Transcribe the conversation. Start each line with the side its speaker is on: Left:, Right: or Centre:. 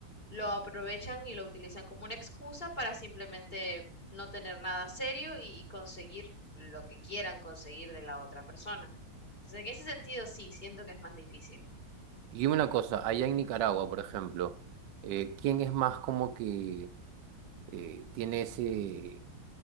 Left: lo aprovechan y lo utilizan como una excusa para simplemente no tener nada serio y conseguir lo que quieran conseguir de la otra persona. Entonces, en ese sentido, sí, siento que es más difícil.
Right: Y dime una cosa, allá en Nicaragua, por ejemplo, eh, ¿quién es más como que eh, tiene ese,